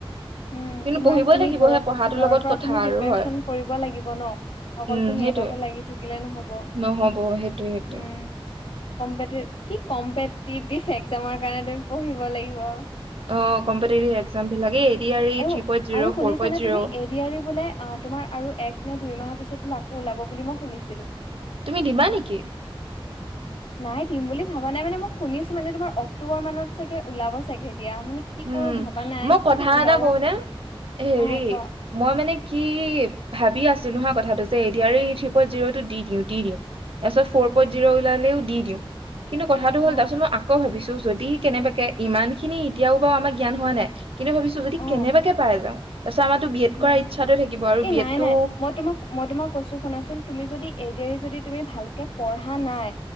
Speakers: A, on the left (about 65°); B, on the right (about 70°).
A: উম
B: কিন্তু
A: তোমাৰ
B: পঢ়িবই
A: তুমি
B: লাগিব
A: ঘৰত
B: সেই পঢ়াটোৰ
A: ঘৰৰ
B: লগত
A: পৰা
B: কথা
A: তুমি
B: আৰু
A: প্ৰিপৰেচন
B: হয়
A: কৰিব লাগিব ন' অকল
B: উম
A: তুমি
B: সেইটোয়ে
A: এটাতে লাগি থাকিলে নহব উম।
B: নহ'ব সেইটোয়ে সেইটোয়ে
A: কি কম্পেটিভ কি কম্পেটিতিভ একজামৰ কাৰণ তুমি পঢ়িব লাগিব
B: অ কম্পেতেতীভ এক্সাম বিলাক এই ডি আৰ ই
A: আৰু
B: থ্ৰী পইণ্ট জিৰ'
A: আৰু শুনিছানে
B: ফ'ৰ পইণ্ট জিৰ'
A: তুমি এডিয়াৰ বোলে অ তোমাৰ আৰু এক নে দুই মাহৰ পিছত। লাপো ওলাব বুলি মই শুনিছিলো।
B: তুমি দিবা নেকি?
A: নাই দিম বুলি ভাবা নাই মানে মই শুনিছো মানে তোমাৰ অক্টোবৰ মানত চাগে ওলাব চাগে বদয়া মানে কি
B: উম
A: কৰো ভাবা নাই
B: মই কথা
A: কিন্তু ওলাব
B: এটা কওঁ নে হেৰি
A: অ কোৱা
B: মই মানে কি ভাবি আছো, নহয় কথাটো যে এ এই থৃ জিৰ'টো দি দিওঁ দি দিওঁ তাৰ পিছত ফ'ৰ পইণ্ট জিৰ' ওলালেও দি দিওঁ, কিন্তু কথাটো
A: অ
B: হ'ল তাৰপিছত মই আকৌ ভাবিছো যদি কেনেবাকে ইমান খিনি এতিয়াও বাৰু আমাৰ জ্ঞান হোৱা নাই। কিন্তু ভাবিছো যদি
A: অ
B: কেনেবাকে পাই যাওঁ। তাৰপিছত আমাৰতো বি এড
A: উম
B: কৰাৰ ইচ্ছাটোৱে থাকিব আৰু
A: এ
B: বি
A: নাই
B: এডটো
A: নাই মই তোমাক মই তোমাক কৈছো শুনাচোন তুমি যদি, যদি তুমি ভালকে পঢ়া নাই